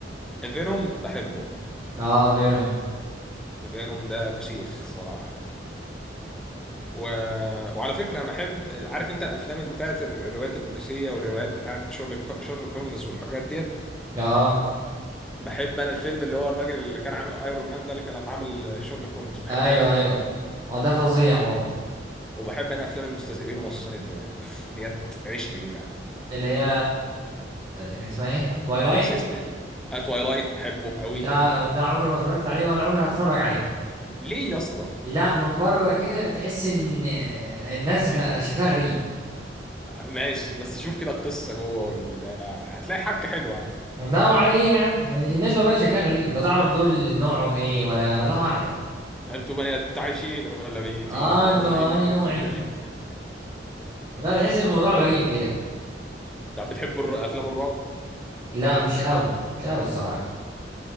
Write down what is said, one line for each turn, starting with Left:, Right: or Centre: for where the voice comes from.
Centre: فينوم بحبه
Right: اه فينوم
Centre: فينوم ده فشيخ الصراحه يعني و... وعلى فكره انا بحب عارف انت الافلام اللي بتاعت الروايات البوليسيه والروايات بتاعت شارلوك شارلوك هولمز والحاجات ديت
Right: اه
Centre: بحب انا الفيلم اللي هو الراجل اللي كان عامل ايرون مان ده اللي كان لما عامل شارلوك هولمز بحب
Right: ايوه
Centre: انا الفيلم
Right: ايوه
Centre: ده
Right: اه ده فظيع برضه
Centre: وبحب انا افلام المستذئبين ومصاصين الدماء أوف، ديت عشقي دي بقى
Right: اللي هي كان اسمها ايه توايلايت
Centre: سلسله تويلايت بحبه قوي
Right: لا ده عمري ما اتفرجت عليه ولا عمري هتفرج عليه
Centre: ليه يا اسطى
Right: لا من بره كده تحس ان الناس غ- شكلها غريب
Centre: ماشي بس شوف كده القصه جوه والبتاع هتلاقي حبكه حلوه يعني
Right: لا وعلى ايه يا عم الناس بقى شكلها غريب لا تعرف دول نوعهم ايه ولا الله اعلم
Centre: انتوا بني انتوا عايشين ولا ميتين
Right: اه
Centre: ولا
Right: انتوا
Centre: ميتين
Right: انهي نوع
Centre: وبيتكلم
Right: انتوا لا تحس
Centre: <laughs>
Right: ان الموضوع
Centre: طب
Right: غريب كده
Centre: طب بتحبوا الر- افلام الرعب
Right: لا مش قوي مش قوي الصراحة